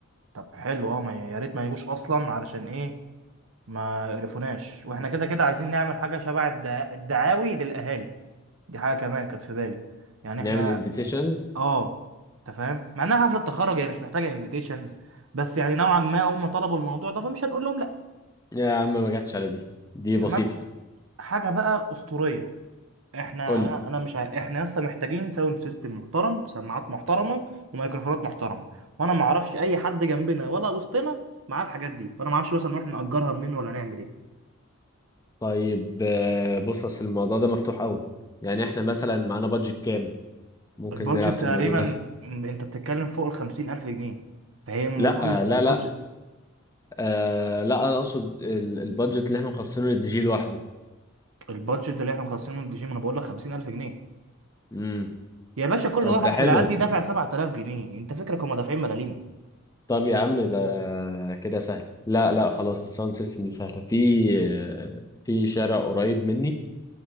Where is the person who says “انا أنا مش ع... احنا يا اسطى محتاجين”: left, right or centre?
Right